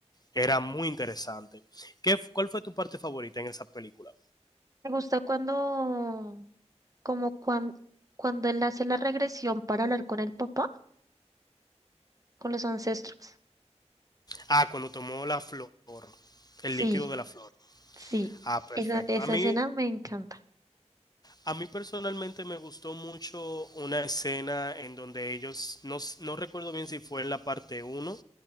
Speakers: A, on the left; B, on the right.
A: era muy interesante. ¿Qué, f- cuál fue tu parte favorita en esa película?
B: Me gusta cuando, como cuando, cuando él hace la regresión para hablar con el papá, con los ancestros.
A: Ah, cuando tomó la flor, el
B: Sí,
A: líquido de la flor.
B: sí,
A: Ah, perfecto.
B: esa, esa
A: A mí,
B: escena me encanta.
A: a mí personalmente me gustó mucho una escena en donde ellos, no, s- no recuerdo bien si fue en la parte uno